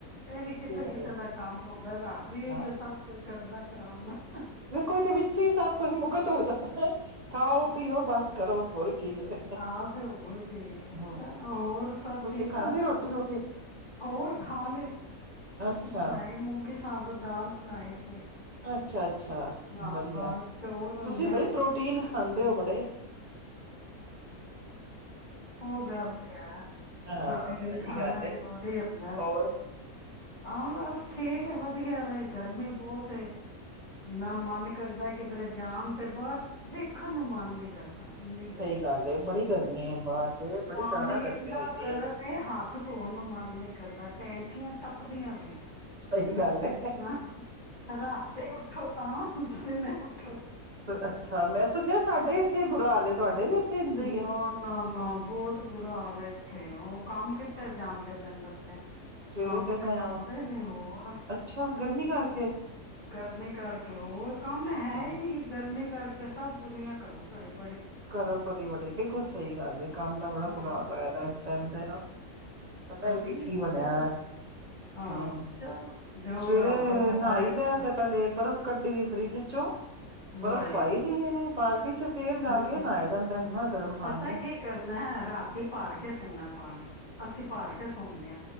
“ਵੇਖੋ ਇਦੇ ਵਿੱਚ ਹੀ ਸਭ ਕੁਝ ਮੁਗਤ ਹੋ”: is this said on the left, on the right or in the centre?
Right